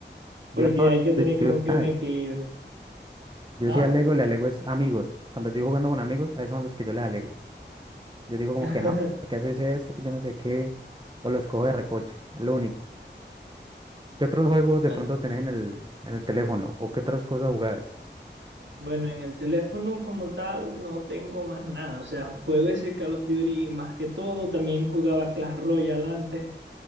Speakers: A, on the right; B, on the right.
A: yo
B: porque
A: no
B: hay que tener
A: le escribo
B: como que
A: a
B: un
A: nadie.
B: equilibrio.
A: Yo
B: ¿Ah?
A: sí alego, le alego es amigos. Cuando yo estoy jugando con amigos, a esos son los que yo les alego. Yo digo como
B: <laughs>
A: que no, ¿por qué haces esto? Que yo no sé qué. O los cojo de recocha. Es lo único. ¿Qué otros juegos de
B: Ah,
A: pronto tenés en el, en el teléfono? ¿O qué otras cosas jugás?
B: Bueno, en el teléfono como tal no tengo más nada, o sea, juego ese Call of Duty más que todo, también jugaba Clash Royale antes,